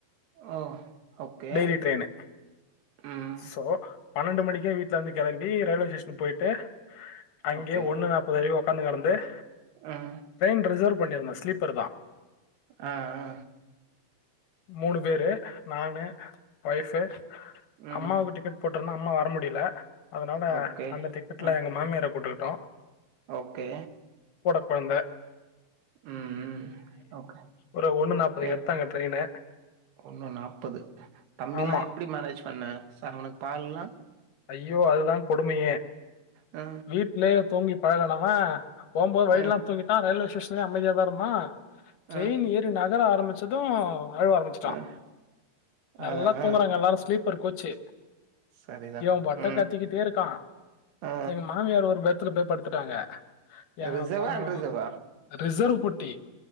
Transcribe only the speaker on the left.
டெய்லி ட்ரெயின்
ஸோ பன்னெண்டு மணிக்கே வீட்லருந்து கெளம்பி ரயில்வே ஸ்டேஷன் போயிட்டு அங்கயே
ஒண்ணு நாப்பது வரைக்கு ஒக்காந்து கெடந்த து
ட்ரெயின் ரிசர்வ் பண்ணியிருந்த ஸ்லீப்பருதா
மூணு பேரு நானு ஒய்ஃப்பு
அம்மாவுக்கு டிக்கெட் போட்டுருந்தோ அம்மா வர முடில் ல அதனால
அந்த டிக்கெட்ல
எங்க மாமியார போட்டுக் டோ
கூட கொழந்த
ஒரு ஒன்று நாற்பதுக்கு
எடுத்தாங்க ட்ரெயின்
ஆமா
ஐயோ அதுதா கொடுமையே
வீட்லயே தூங்கி பழகனவ போம்போது வழில்லா
தூங்கிட்டா ரயில்வே ஸ்டேஷன் அமதியாதா இருந்தா ட்ரெயின்
ஏறி நகர ஆரம்பிச்சது அழுவ ஆரம்பிச்சிட்டா
நல்லா தூங்குறாங்க
எல்லாரு ஸ்லீப்பர் கோச் செ
இவ பாட்டுக்
கத்திக்கிட்டே இருக்கா
எங்க மாமியார் ஒரு பெத் த்துல போய் படுத்துட்டாங்க என்
பொண்ணு
ரிசர்வ் புட்டி